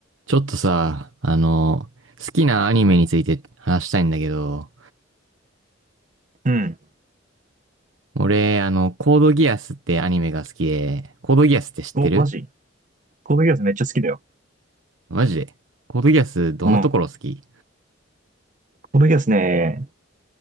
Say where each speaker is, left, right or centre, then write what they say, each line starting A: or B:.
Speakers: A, on the right; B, on the right.
A: ちょっとさ、あの、好きなアニメについて話したいんだけど、
B: うん。
A: 俺、あの、コードギアスってアニメが好きで、コードギアスって知ってる
B: お、マジコードギアスめっちゃ好きだよ。
A: マジでコードギアスどんなところ好き
B: うん。コードギアスね、